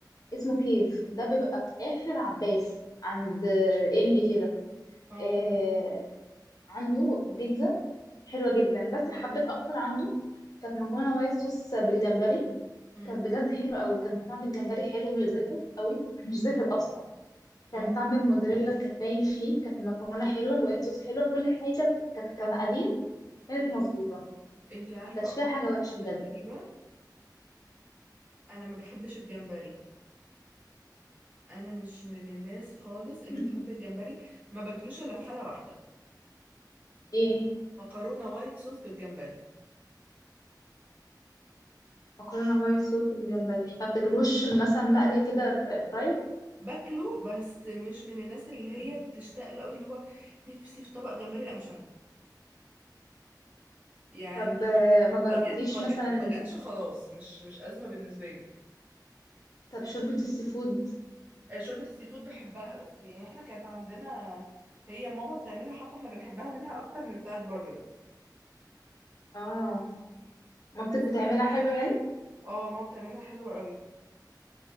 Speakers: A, on the left (about 55°); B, on the right (about 20°).
A: اسمه كيف ده بيبقى في آخر عباس عند آه، إمبي كده
B: اه
A: آه، عنده بيتزا حلوة جدا بس حبيت أكتر عنده كانت مكرونة وايت صوص بالجمبري
B: مم.
A: كانت بجد حلوة أوي كان طعم الجمبري حلو مش زفر أوي مش زفر أصلا
B: اه
A: كان طعم الموزاريلا كانت باين فيه كانت المكرونة حلوة الوايت صوص حلوة كل حاجة كانت كمقادير كانت مظبوطة
B: انتي عارفة
A: مكانش
B: اقولك
A: فيها حاجة
B: على
A: وحشة
B: حاجة
A: بجد
B: غريبة انا ما بحبش الجمبري انا مش من الناس خالص اللي
A: مم.
B: بتحب الجمبري ما باكلوش الا في حالة واحدة
A: إيه
B: مكرونة وايت صوص بالجمبري
A: مكرونة وايت صوص بالجمبري ما بتاكلوش مثلا مقلي كده فرايد
B: باكله بس مش من الناس اللي هي
A: مم.
B: بتشتاق له قوي اللي هو نفسي في طبق جمبري لا مش انا <laughs> يعني
A: طب آه، ما جربتيش
B: اتوجد اتوجد
A: مثلا
B: ما اتوجدش خلاص مش مش ازمة بالنسبة لي
A: طب شوربة السي فود
B: آه، شوربة السي فود بحبها بس يعني احنا كانت عندنا هي ماما بتعملها حتى احنا بنحبها منها اكتر من بتاعت بره يعني
A: اه مامتك
B: بس
A: بتعملها حلو يعني
B: اه ماما بتعملها حلوة قوي